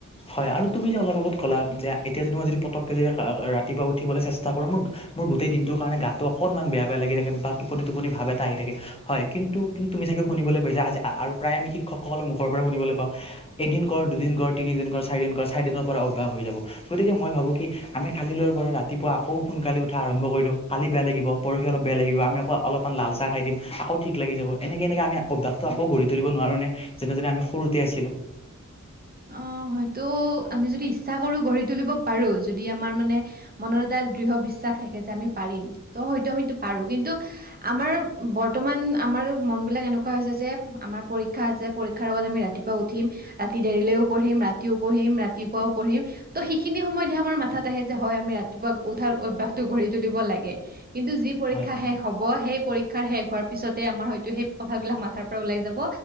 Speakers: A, on the left (about 20°); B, on the right (about 30°).
A: হয় আৰু তুমি যে অলপ আগত ক'লা যে এতিয়া যে তোমাৰ যদি পতকে যদি ৰাতিপুৱা উঠিবলৈ চেষ্টা কৰো মোৰ মোৰ গোটেই দিনটোৰ কাৰণে গাতটো অকণমান বেয়া বেয়া লাগি থাকে বা টোপনি টোপনি ভাৱ এটা আহি থাকে হয় কিন্তু কিন্তু তুমি চাগে শুনলৈ পাইছা আজি আৰু প্ৰায় আমি শিক্ষকসকলৰ মুখৰ পৰা শুনিবলৈ <unintelligible> এদিন কৰ, দুদিন কৰ, তিনিদিন কৰ। চাৰিদিন কৰা চাৰি দিনৰ পৰা অভ্যাস হৈ যাব। গতিকে মই ভাবোঁ কি, আমি কালিলৈ পৰা ৰাতিপুৱা আকৌ সোনকালে উঠা। আৰম্ভ দিওঁ কালি বেয়া লাগিব পৰহি অলপ বেয়া লাগিব আমি আকৌ অলপমান লাল চাহ খাই দিম আকৌ ঠিক লাগি যাব এনেক এনেকে আমি অভ্যাসটো আকৌ গঢ়ি তুলিব নোৱাৰো নে যেনেদৰে আমি সৰুতে আছিলো?
B: অ হয়তো আমি যদি ইচ্ছা কৰো গঢ়ি তুলিব পাৰো। যদি আমাৰ মানে মনত এটা দৃঢ় বিশ্বাস থাকে, যে আমি পাৰিম ত হয়তো আমি। পাৰো কিন্তু আমাৰ বৰ্তমান আমাৰ মন বিলাক এনেকুৱা হৈছে যে আমাৰ পৰীক্ষা আছে পৰীক্ষাৰ লগত আমি ৰাতিপুৱা উঠিম ৰাতি দেৰিলেও পঢ়িম ৰাতিও পঢ়িম ৰাতিপুৱাও পঢ়িম ত' সেইখিনি সময়তহে আমাৰ মাথাত আহে যে হয় আমি ৰাতিপুৱা উঠাৰ অভ্যাসটো গঢ়ি তুলিব লাগে কিন্তু যি পৰীক্ষা
A: হয়
B: শেষ হ'ব সেই পৰীক্ষাৰ শেষ হোৱাৰ পিছতে আমাৰ হয়তো সেই কথাবিলাক মাথাৰ পৰা ওলাই যাব,